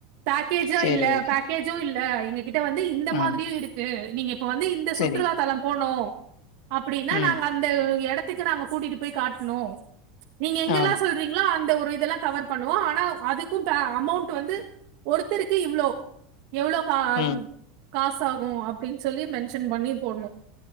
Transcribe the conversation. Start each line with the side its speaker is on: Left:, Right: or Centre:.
Right: பேக்கேஜா
Left: சரி,
Right: இல்ல
Left: ஓகே.
Right: பேக்கேஜு இல்ல எ கிட்ட வந்து இந்த
Left: ஆ,
Right: மாதிரியு இருக்கு நீங்க இப்ப வந்து இந்த
Left: சரி.
Right: சுற்றுலாத்தலம் போனு அப்புடின்னா
Left: ம்.
Right: நாங்க அந்த எட த்துக்கு நாங்க கூட்டிட்டு போய் காட்ணு நீங்க எங்கெல்லா
Left: ஆ,
Right: சொல்றீங்ளோ அந்த ஒ ரு இதெல்லா கவர் பண்ணுவோ ஆனா அதுக்கு ப அமௌண்ட் வந்து ஒருத்தருக்கு இவ்ளோ எவ்ளோ கா
Left: ம்.
Right: காசா கு‌ அப்டின் சொல்லி மென்ஷன் பண்ணி போட்ணு